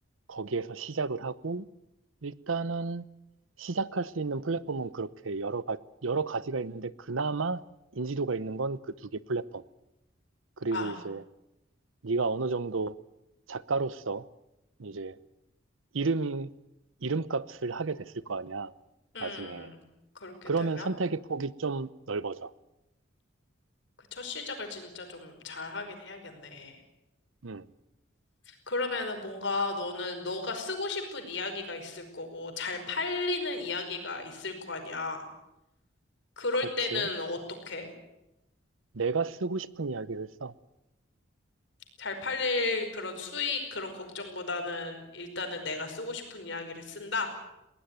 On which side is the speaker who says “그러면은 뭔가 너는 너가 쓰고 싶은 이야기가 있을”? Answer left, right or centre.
Left